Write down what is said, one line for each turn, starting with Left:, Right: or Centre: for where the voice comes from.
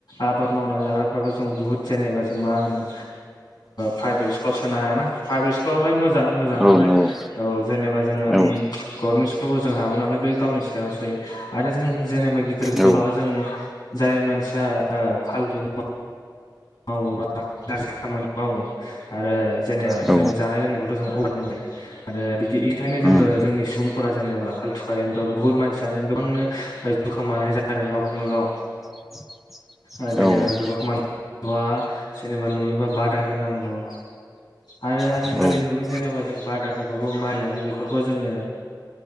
Left: आबाद मावनानै जाग्रा फ्राथ' जों बुहुत जेनेबा जों मा होनो फ्राइभेट्कुलाव सोनो हायाना प्राइभेट स्कुलावलाय मोजां मोजांङालाय
Centre: औ नंगौ
Left: औ जेनेबा जोङो
Centre: औ
Left: उम गर्मेन्ट इसकुलखौ जों हाबोनालाय बे गावनि सायावसै आरो जों जेनेबा गिदिर
Centre: औ
Left: गोलावा जों जाय मानसिया ओ फालथु मुवा मावोबा गाज्रि खामानि मावो आरो जेनेबा
Centre: औ
Left: जों जानाय लोंनायखौथ' जों अबर नुनाय आरो बिदि इखायनो जोङो
Centre: उम
Left: जोंनि सुबुंफोरा जेनेबा फालथुखायनोथ' बुहुत मानसियानो गोबांनो दुखोमानाय जादों गावखौनो गाव
Centre: <inaudible>
Left: ओ जेनेबा
Centre: औ
Left: बेफोरखौ माने बा जेनेबा नुयोबा बादा होनांगौ आरो आजिखालि
Centre: औ
Left: नुदों जेनेबा जों बादा होबाबो मानिया बेफोरखौ जोङो